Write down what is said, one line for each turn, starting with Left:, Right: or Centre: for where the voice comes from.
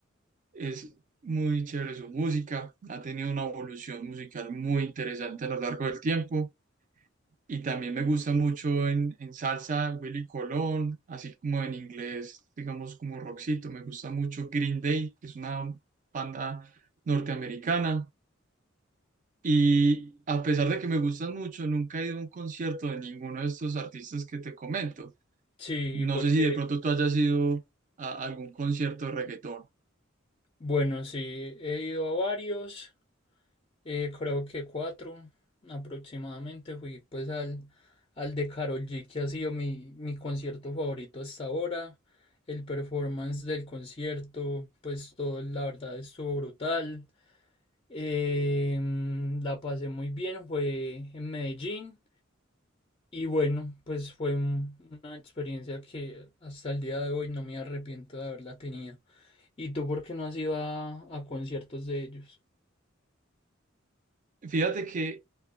Right: Es muy chévere su música, ha tenido una evolución musical muy interesante a lo largo del tiempo. Y también me gusta mucho en, en salsa Willy Colón, así como en inglés, digamos como rockcito. Me gusta mucho Green Day, que es una banda norteamericana. Y a pesar de que me gustan mucho, nunca he ido a un concierto de ninguno de estos artistas que te comento.
Left: Sí,
Right: No
Left: porque,
Right: sé si de pronto tú hayas ido a algún concierto de reggaetón.
Left: bueno, sí, he ido a varios, Eh, creo que cuatro aproximadamente. Fui pues al, al de Karol G, que ha sido mi, mi concierto favorito hasta ahora. El performance del concierto, pues todo la verdad estuvo brutal. Em, la pasé muy bien, fue en Medellín. Y bueno, pues fue un- una experiencia que hasta el día de hoy no me arrepiento de haberla tenido. ¿Y tú por qué no has ido a, a conciertos de ellos?
Right: Fíjate que